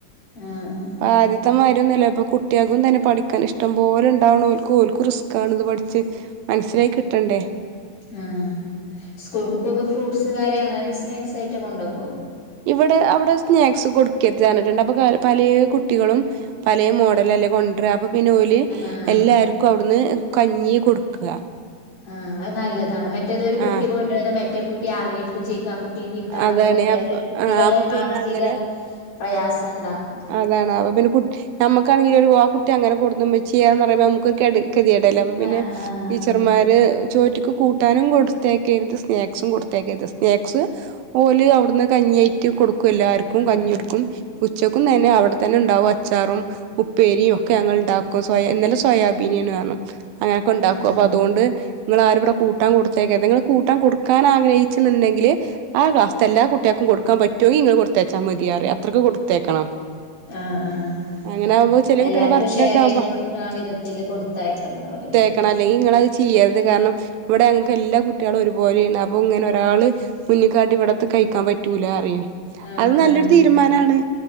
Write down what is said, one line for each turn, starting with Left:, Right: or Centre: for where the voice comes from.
Left: ആഹ് ആഹ്
Right: ഇപ്പ ആദ്യത്തെമാരി ഒന്നല്ല ഇപ്പൊ കോ കുട്ടേക്കും തന്നെ പഠിക്കാൻ ഇഷ്ടം പോലെ ഉണ്ടാവണോക്കും റിസ്ക്കാണ് ഇത് പഠിച്ച് മനസ്സിലായി കിട്ടണ്ടേ
Left: ആ സ്കൂൾക്ക് പോകുമ്പോ ഫ്രൂട്ട്സ് കാര്യം അങ്ങനത്തെ സ്നാക്സ് ആയിട്ടൊക്കെ കൊണ്ട് പോവോ
Right: ഇവിടെ അവിടെ സ്നാക്സ് കൊടുക്കരുത് പറഞ്ഞിട്ടുണ്ട് അപ്പൊ പല കുട്ടികളും പലേ മോഡലല്ലേ കൊ ണ്ടര അപ്പൊ പിന്നെ ഓല്
Left: ആഹ്
Right: എല്ലാർക്കും അവിടുന്ന് കഞ്ഞി കൊടുക്ക
Left: ആ് അത് നല്ലതാണ് മറ്റേതൊരു കുട്ടി
Right: ആഹ്
Left: കൊണ്ട് വരുന്നത് മറ്റേ കുട്ടി ആഗ്രഹിക്കും ചെയ്യുക ആ കുട്ടി കുട്ടി കിട്ടാതെ
Right: അതാണ്
Left: പോവുകയും ചെയ്യാ
Right: അപ്പ
Left: കുട്ടികള്
Right: ആഹ് അപ്പൊ
Left: ഓരു മാനസിക
Right: പിന്നെ അങ്ങനെ
Left: പ്രയാസം ഉണ്ടാക്കും
Right: അതാണ് അപ്പൊ പിന്നെ കുട്ടി നമുക്കാണെങ്കിൽ ഒരു ആ കുട്ടി അങ്ങനെ കൊടുന്ന് ഇമ്മച്ചിയെ പറുയുമ്പോ നുക്കൊരു കെ കെതിയേടല്ലേ അപ്പം പിന്നെ
Left: ആഹ് ആഹ്
Right: ടീച്ചർമാർ ചോറ്റ്ക്ക് കൂട്ടാനും കൊടുത്തേക്കരുത് സ്നാക്സും കൊടുത്തേക്കരുത് സ്നാക്സ് ഓല് അവിടുന്ന് കഞ്ഞിയായിട്ട് കൊടുക്കും എല്ലാർക്കും
Left: ആഹ്
Right: കഞ്ഞി കൊടുക്കും ഉച്ചക്കും തന്നെ അവിടെത്തന്നെ ണ്ടാവും അച്ചാറും ഉപ്പേരി ഒക്കെ ഞങ്ങൾ ഉണ്ടാക്കും സോ ഇന്നലെ സോയാബീനെണു പറഞ്ഞു അങ്ങനെയൊക്കെ ഉണ്ടാക്കും
Left: ആഹ്
Right: അപ്പൊ അതുകൊണ്ട് ഇങ്ങളാരും ഇവിടെ കൂട്ടാൻ കൊടുത്തേക്കരുത് നിങ്ങൾ കൂട്ടാൻ കൊടുക്കാൻ ആഗ്രഹിച്ച്ണ് ഉണ്ടെങ്കില് ആ ക്ലാസ്ത്തെ എല്ലാ കുട്ടികൾക്കും കൊടുക്കാൻ പറ്റുമെങ്കിൽ നിങ്ങള് കൊടുത്തേച്ചാ മതി യറിം അത്രയ്ക്ക് കൊടുത്തേക്കണം
Left: ആഹ് ആഹ്
Right: അങ്ങനെ ആകുമ്പോ ചെറിയ
Left: എല്ലാർക്കും
Right: കുട്ടികളെ ബർത്ത്ഡേ
Left: ഷെയർ
Right: ഒക്കെ ആകുമ്പോ
Left: ചെയ്ത് കൊടുക്ക വിധത്തിൽ കൊടുത്തയക്കണ്ട് പറി
Right: ണം അല്ലെങ്കിൽ ഇങ്ങൾ അത് ചെയ്യരുത് കാരണം ഇവിടെ അങ്ങക്ക് എല്ലാ കുട്ടികളും ഒരുപോലെയണ് അപ്പൊ ഇങ്ങനെ ഒരാള് മുന്നിക്കാട്ടി, ഇവിട കഴിക്കാൻ പറ്റൂല അറിയും
Left: ആഹ്
Right: അത് നല്ലൊരു
Left: ആഹ്
Right: തീരുമാനാണ്